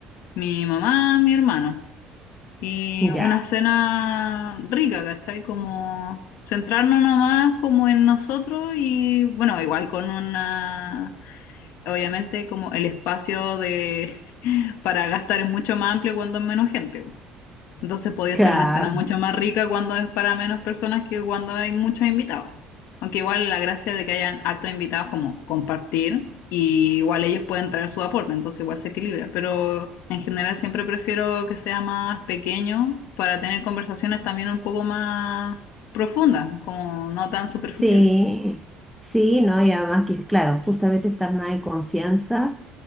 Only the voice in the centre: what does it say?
ya,
claro.
Sí, sí, ¿no? Y además que, claro, justamente estás más en confianza.